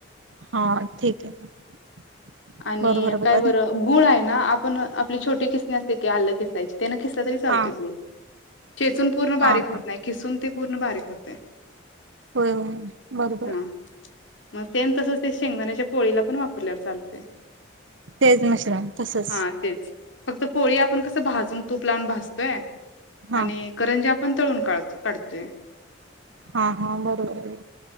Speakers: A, on the right (about 70°); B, on the left (about 70°).
A: हा ठीक आहे <unintelligible>
B: आणि
A: बरोबर
B: काय
A: बघा
B: बरं गुळ आहे ना आपण आपली छोटी किसणी असते की आलं किसायची त्याना किसल तरी चालते
A: हा
B: गोड ठेचून पूर्ण बारीक
A: हा हा
B: होत नाही किसून ते पूर्ण बारीक होते
A: होय बरोबर
B: हा
A: आहे
B: मग ते तसच ते शेंगदाण्याच्या पोळीला पण वापरल्यावर चालते
A: तेच मिश्रण तसंच
B: हा तेच फक्त पोळी पण कसं भाजून तूप लावून भाज व्हय
A: हा
B: आणि करंज्या पण तळून काढ काढतोय
A: हा हा बरोबर आहे.